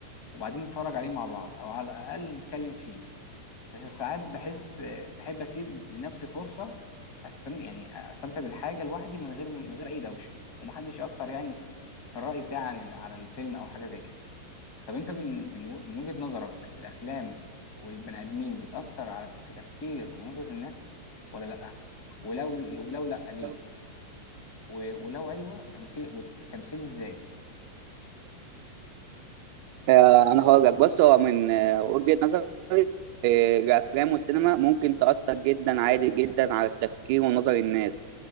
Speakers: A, on the left (about 55°); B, on the right (about 55°).
A: وبعدين نتفرج عليه مع بعض او على الاقل نتكلم فيه بس ساعات بحس بحب اسيب لنفسي فرصه استمتع يعني استمتع بالحاجه لوحدي من غير من غير اي دوشه ومحدش ياثر يعني في في الراي بتاعي عن ال- عن الفيلم او حاجه زي كده طب انت من من و- من وجهه نظرك الافلام والبني ادمين بتاثر على في تفكير ونظره الناس ولا لا ولو ولو لا ليه
B: كده؟
A: و- ولو ايوه التمثيل والتمثيل ازاي
B: آه، انا هقول لك بص هو من آه، وجهة نظري آه، الافلام والسينما ممكن تاثر جدا عادي جدا على التفكير ونظر الناس